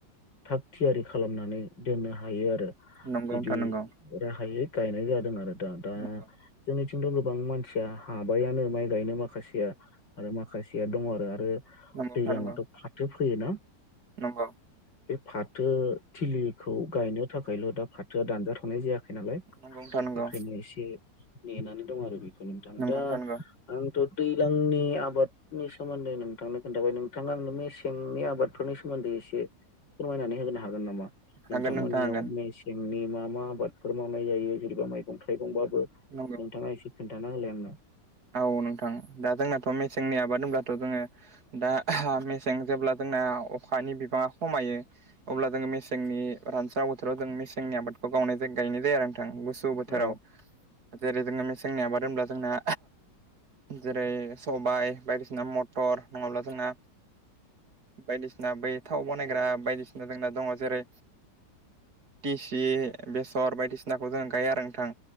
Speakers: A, on the left (about 85°); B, on the right (about 55°).
A: थाग थियारि खालामनानै दोननो हा- हायो आरो
B: नंगौ
A: बिदि
B: नंगौ नोंथां नंगौ
A: राहायै गायनाय जादों आरो दा दा
B: नंगौ
A: जोंनि- थिंथ' गोबां मानसिया हाबायानो माइ गायनो माखासेया आरो माखासेया दङ आरो आरो
B: नोंथां नंगौ नोंथां
A: दैलांङावथ'
B: नंगौ
A: फाथो फोयोना
B: नंगौ
A: बे फाथो थिलिखौ गायनो थाखायल' दा फाथोआ दानजा- थनाय जायाखै नालाय
B: नोंथां नंगौ नोंथां नंगौ नोंथां नंगौ
A: बेखायनो एसे नेनानै दं आरो बि- नोंथां
B: नंगौ
A: दा
B: नंगौ नोंथां नंगौ
A: आंथ' दैलांनि आबादनि सोमोन्दै नोंथांनो खोन्थाबाय नोंथाङा आंनो मेसेंनि आबाद फोरनि सोमोन्दै एसे फोरमायनानै होनो हागोन नामा नोंथांमोननियाव
B: हागोन नोंथां हागोन
A: मसें- नि मा मा आबादफोर मावनाय जायो जेनेबा मैगं थाइगंबाबो
B: नंगौ
A: नोंथाङा एसे खोन्थाना होलाय आंनो
B: औ नोंथां दा जोंनाथ' मेसेंनि आबाद होनब्लाथ' जोङो दा मेसें जेब्ला जों जोंना अखानि बिबाङा खमायो अब्ला जोंङो मेसेंनि रानस्राव बोथोराव जों मेसेंनि आबादखौ गावनाय जाय गायनाय जायो आरो नोंथां गुसु बोथोराव
A: औ
B: जेरै जोङो मेसेंनि आबाद होनब्ला जोंना जेरै सबाइ बायदिसिना मथर नङाब्ला जोंना बायदिसिना बै थाव बनायग्रा बायदिसिना जोंना दङ जेरै टिसि बेसर बायदिसिनाखौ जों गायो आरो नोंथां।